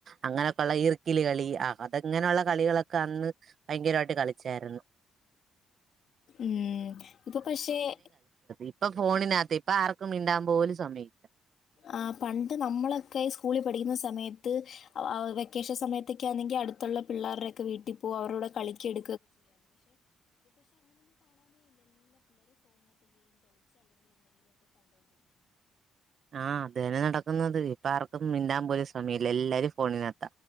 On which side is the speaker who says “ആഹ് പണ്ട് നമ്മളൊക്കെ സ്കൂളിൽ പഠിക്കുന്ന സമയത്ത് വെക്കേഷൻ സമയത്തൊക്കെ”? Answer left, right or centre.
Left